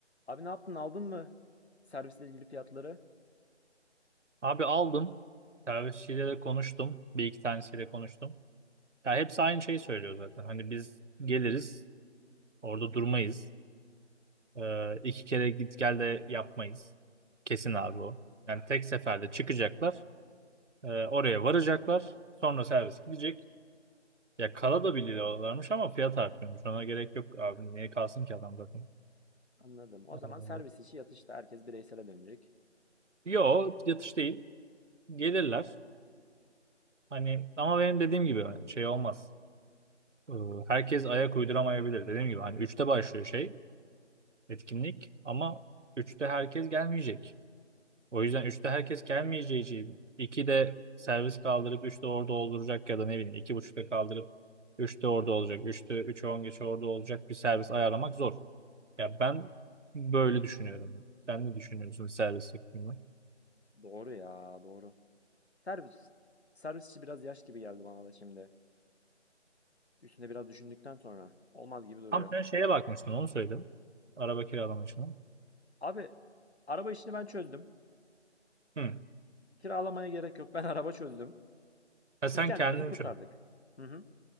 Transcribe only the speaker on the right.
Abi aldım. Servisçiyle de konuştum. Bir iki tanesiyle konuştum. Ya hepsi aynı şeyi söylüyor zaten. Hani biz geliriz. Orada durmayız. Ee, iki kere git gel de yapmayız. Kesin
abi o. Yani tek seferde çıkacaklar. e, oraya varacaklar. Sonra servis gidecek. Ya kala da biliyorlarmış ama fiyat artıyormuş. Ona gerek yok abi. Niye kalsın ki adam zaten?
Ee,
yo yatış değil. Gelirler. Hani ama benim dediğim gibi şey olmaz. Ee, Herkes ayak uyduramayabilir. Dediğim gibi hani üçte başlıyor şey etkinlik ama üçte herkes gelmeyecek. O yüzden üçte herkes gelmeyeceği için 2'de servis kaldırıp üçte orada olduracak ya da ne bileyim iki buçukta kaldırıp üçte orada olacak. üçte 3'e 10 geç orada olacak bir servis ayarlamak zor. Ya ben böyle düşünüyorum. Sen ne düşünüyorsun servis hakkında?
Tam sen şeye bakmıştın onu söyledim. Araba kiralama işine.
Hı.
Ha, sen
kendin
çöz.